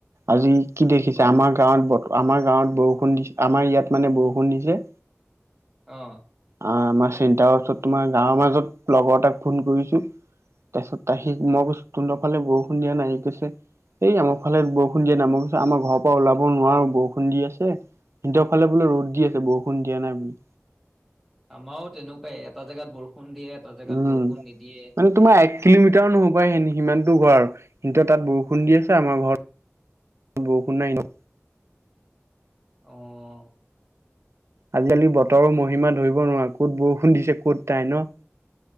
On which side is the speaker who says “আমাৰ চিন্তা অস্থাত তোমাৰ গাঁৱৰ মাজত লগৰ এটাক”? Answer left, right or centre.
Right